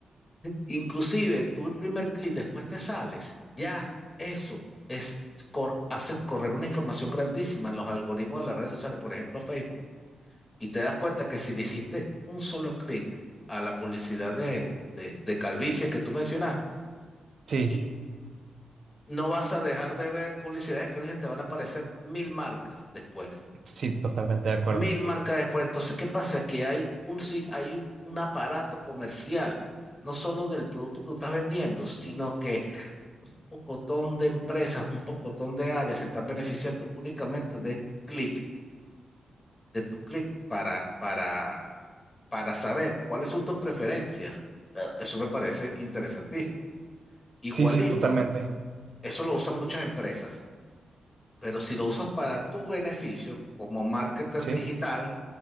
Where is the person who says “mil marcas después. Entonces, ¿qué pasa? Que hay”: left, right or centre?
Left